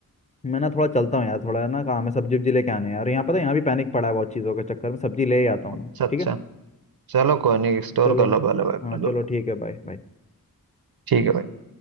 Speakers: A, on the left (about 20°); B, on the right (about 80°).
A: मैं ना थोड़ा चलता हूँ यार थोड़ा ना काम है सब्जी वब्जी लेके आने हैं यार यहाँ पता है यहाँ भी पैनिक पड़ा है बहुत चीज़ों के चक्कर में सब्जी ले ही आता हूँ
B: अच्छा
A: मैं
B: अच्छा
A: ठीक है
B: चलो कोई नहीं स्टोर
A: चलो
B: कर लो पहले भाई अपना
A: हाँ
B: जो
A: चलो
B: भी है।
A: ठीक है बाय बाय
B: ठीक है भाई